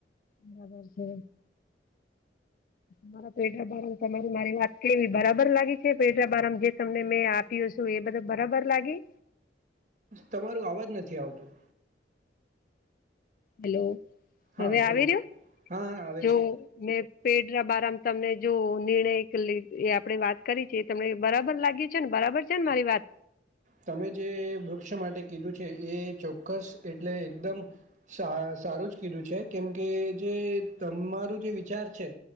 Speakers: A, on the left; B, on the right.
A: બરાબર છે. મારા પેડ ના બારા માં તમારી મારી વાત કેવી બરાબર લાગી છે પેડ ના બારા માં જે તમને મેં આ પી શું એ બધું બરાબર લાગી?
B: તમારું અવાજ નથી આવતું.
A: હેલો!
B: હા
A: હવે આવી
B: બોલો
A: રહ્યો?
B: હા હા આવે
A: જો
B: છે
A: મેં પેડ ના બારમાં તમને જો નિર્ણય એ એક આપડે વાત કરી છે. તમને બરાબર લાગી છે ને બરાબર છે ને મારી વાત
B: તમે જે વૃક્ષો માટે કીધું છે એ ચોક્કસ એટલે એકદમ સા સારૂજ કીધું છે કેમકે જે તમારું જે વિચાર છે.